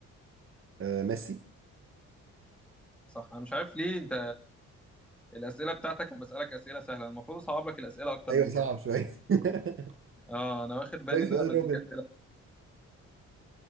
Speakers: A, on the right; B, in the centre.
A: أه ميسي
B: صح أنا مش عارف ليه أنت الأسئلة بتاعتك أنا بسألك أسئلة سهلة المفروض أصعب لك الأسئلة أكتر
A: ايوه
B: من
A: صعب
B: كده
A: شويه <laughs>
B: أه أنا واخد بالي
A: زي
B: إن
A: سؤال
B: أنا بديك
A: روبن
B: أسئلة